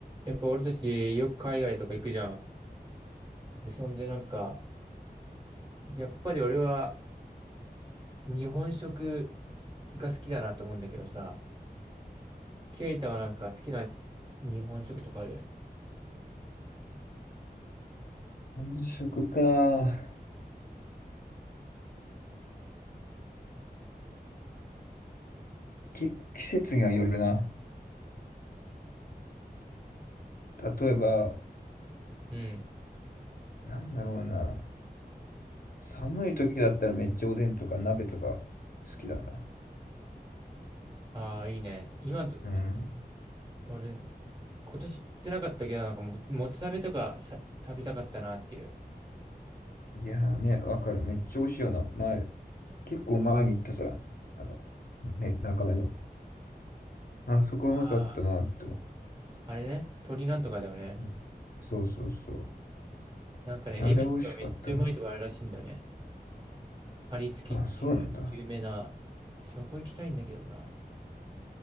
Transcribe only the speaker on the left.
本食か。季季節にはよるな。例えば、
なんだろうな。寒い時だったらめっちゃおでんとか鍋とか好きだな。
うん。
いやーね、わかる。めっちゃ美味しいよな。前、結構前に行ったさ、あの、ね、中目の。あそこうまかったなって思
う。うん。そうそうそ
う。あれ美味しかったな。
あ、そうなんだ。